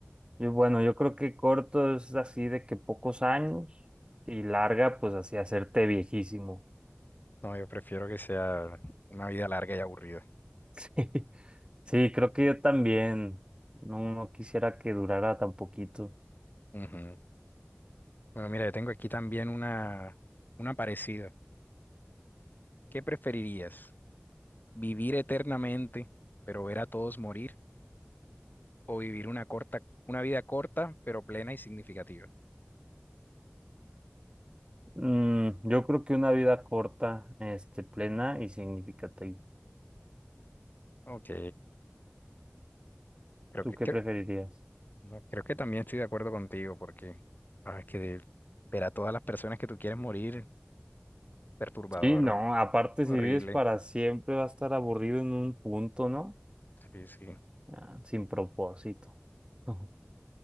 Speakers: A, on the right; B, on the left.
A: Y bueno, yo creo que corto es así de que pocos años y larga, pues así hacerte viejísimo.
B: no, yo prefiero que sea una vida larga y aburrida.
A: <laughs> Sí, creo que yo también. No, no quisiera que durara tan poquito.
B: Ujú. Bueno, mira, yo tengo aquí también una, una parecida. ¿Qué preferirías? ¿Vivir eternamente, pero ver a todos morir? ¿O vivir una corta, una vida corta, pero plena y significativa?
A: Mm, yo creo que una vida corta, este, plena y significativa.
B: Ok, creo
A: ¿Tú
B: que,
A: qué
B: creo,
A: preferirías?
B: no, creo que también estoy de acuerdo contigo, porque ah, es que de- ver a todas las personas que tú quieres morir, perturbador,
A: Sí, no, aparte
B: horrible.
A: si vives para siempre va a estar aburrido en un punto, ¿no?
B: Sí, sí.
A: Ah, sin propósito. <laughs>